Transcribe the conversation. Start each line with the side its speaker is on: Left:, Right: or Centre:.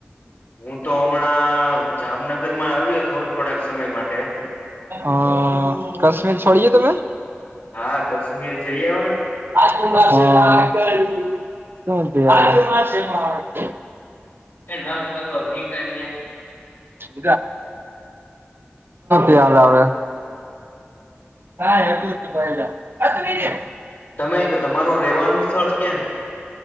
Left: હું તો અમણાં જામનગરમાં આવ્યો તો થોડાક સમય માટે.
Right: અ કશ્મીર છોડીએ તમે?
Left: હા કશ્મીર જઈ આવ ને
Right: હ શું ત્યારે?
Left: <unintelligible>
Right: શું ચાલે અવે? <unintelligible>
Left: તમે ક તમારું રેવાનું સ્થળ ક્યાં?